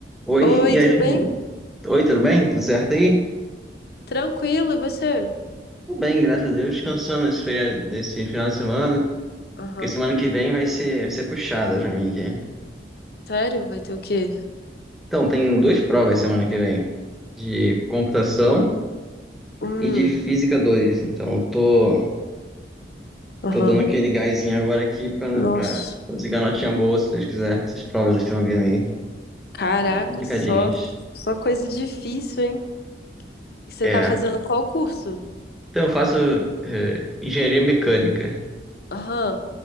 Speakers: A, in the centre; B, on the left (about 60°).
A: Oi,
B: Oi,
A: Yasmin.
B: tudo bem?
A: Oi, tudo bem? Tudo certo aí?
B: Tranquilo, e você?
A: Tudo bem, graças a Deus, descansando esse feriado, nesse final de semana,
B: Aham.
A: porque semana que vem vai ser, vai ser puxada pra mim aqui.
B: Sério? Vai ter o quê?
A: Então, tem duas provas semana que vem, de computação
B: Hum,
A: e de física 2. Então, eu tô,
B: aham.
A: tô dando aquele gásinho agora aqui pra,
B: Nossa.
A: pra conseguir a notinha boa, se Deus quiser. Essas provas que estão vindo aí,
B: Caraca,
A: complicadinhas.
B: só, só coisa difícil, hein? E Você
A: É.
B: tá fazendo qual curso?
A: Então, eu faço, eh, engenharia mecânica.
B: Aham.